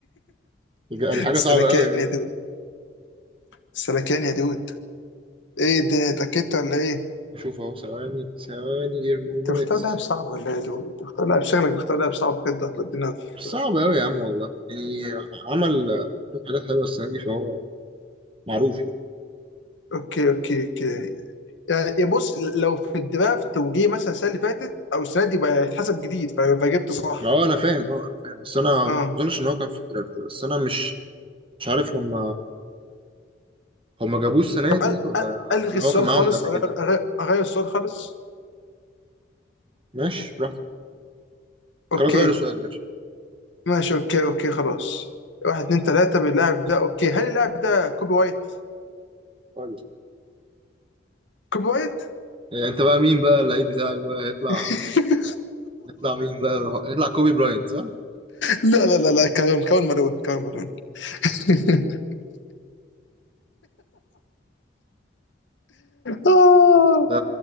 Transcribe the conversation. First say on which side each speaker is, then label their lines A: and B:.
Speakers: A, on the right; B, on the left.
A: بجد دي حاجه
B: سلكان
A: صعبه قوي يعني.
B: يا دود سلكان يا دود إيه ده اتأكدت ولا إيه؟
A: بشوف اهو ثواني ثواني give me
B: أنت
A: minutes
B: مختار لاعب صعب ولا إيه يا دود؟ أنت مختار لاعب شغلك مختار لاعب صعب بجد هتودينا في
A: مش صعب قوي يا عم والله يعني عمل شوية حاجات حلوه السنه دي فهو معروف يعني
B: أوكي أوكي أوكي يعني بص لو في الدرافت توجيه مثلا السنه اللي فاتت او السنه دي بقى هيتحسب جديد ف- فجبت صح
A: ما هو انا فاهم اه انا فاهم بس انا
B: اه
A: ما اظنش ان هو كان في الدرافت بس انا مش مش عارف هم هم جابوه السنه
B: طب
A: دي
B: أل
A: ولا
B: أل الغي
A: ولا
B: السؤال
A: هو كان معاهم
B: خالص
A: من قبل
B: اغير
A: كده
B: أغير, أغير السؤال خالص
A: ماشي براحتك
B: اوكي
A: خلاص غير السؤال ماشي
B: ماشي اوكي اوكي خلاص واحد اتنين تلاته من اللاعب ده اوكي هل اللاعب ده كوبي وايت؟
A: طيب.
B: كوبي وايت؟
A: إيه، انت بقى مين بقى اللعيب بتاعك بقى هيطلع
B: <laughs>
A: هيطلع مين بقى هيطلع كوبي براينت صح؟
B: لا لا لا لا كمان كمان مالون كمان مالون <laughs> آه،
A: ده